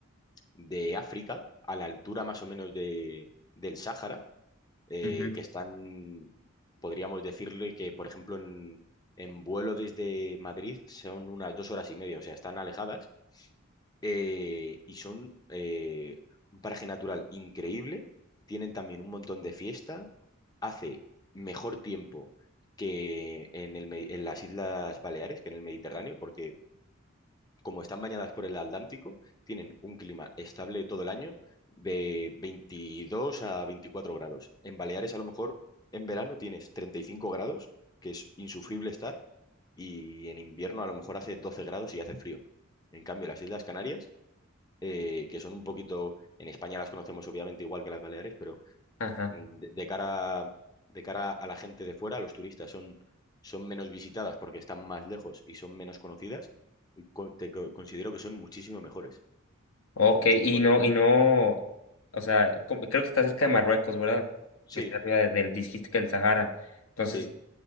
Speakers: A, on the left (about 20°); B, on the left (about 80°).
A: de África, a la altura más o menos de, del Sáhara, eh,
B: ujú,
A: que están, podríamos decirle que, por ejemplo, en, en vuelo desde Madrid son unas dos horas y media, o sea, están alejadas eh, y son eh, un paraje natural increíble. Tienen también un montón de fiesta. Hace mejor tiempo que en, el Me- en las Islas Baleares, que en el Mediterráneo, porque como están bañadas por el Atlántico, tienen un clima estable todo el año de 22 a 24 grados. En Baleares a lo mejor en verano tienes 35 grados, que es insufrible estar, y en invierno a lo mejor hace 12 grados y hace frío. En cambio, las Islas Canarias eh, que son un poquito, en España las conocemos obviamente igual que las Baleares, pero
B: Ajá.
A: mm, de, de cara, de cara a la gente de fuera, a los turistas, son, son menos visitadas porque están más lejos y son menos conocidas, y con- te co- considero que son muchísimo mejores, mucho,
B: Ok,
A: mucho
B: y
A: mejores.
B: no, y no, o sea, co- creo que está cerca de Marruecos, ¿verdad?
A: Sí,
B: Que está arriba de- del, dijiste que el Sahara. Entonces,
A: sí.